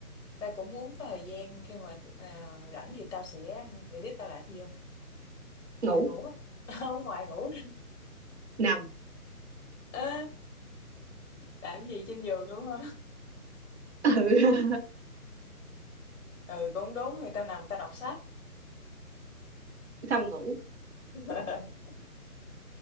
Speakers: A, on the left; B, on the right.
A: tao cũng muốn có thời gian khi mà à, rảnh thì tao sẽ mày biết tao làm gì không? Ngoài
B: ngủ
A: ngủ á. <laughs> Không, ngoài ngủ.
B: nằm
A: À, làm gì trên giường đúng không?
B: ừ <laughs>
A: Ừ, cũng đúng thì tao nằm tao đọc sách.
B: xong ngủ
A: <laughs>